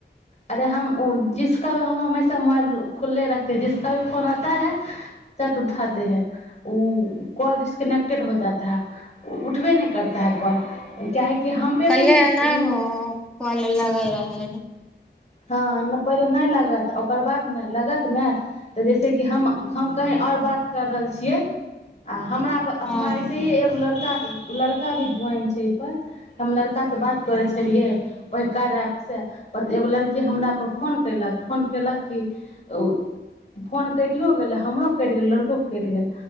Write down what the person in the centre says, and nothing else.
कले
नहि हो कल लगै रह है
हँ